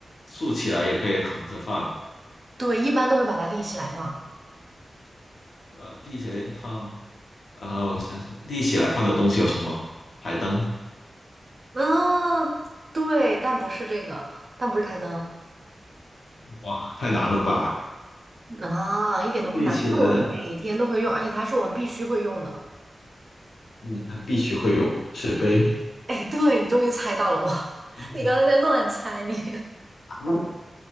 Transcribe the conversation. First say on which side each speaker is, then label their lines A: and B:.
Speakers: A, on the left; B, on the right.
A: 竖起来，也可以横着放。
B: 对，一般都会把它立起来放。
A: 呃，立起来放啊、呃我想想，立起来放的东西有什么？台灯？
B: 嗯，对，但不是这个，但不是台灯。
A: 哇，太难了吧！
B: 啊，一点都不难，
A: 立起来的，
B: 是我们每天都会用，而且它是我们必须会用的。
A: 嗯，必须会有水杯。
B: 哎，对，你终于猜到了我，<laughs>
A: <laughs>
B: 你刚才在乱猜你。<laughs>
A: 嗯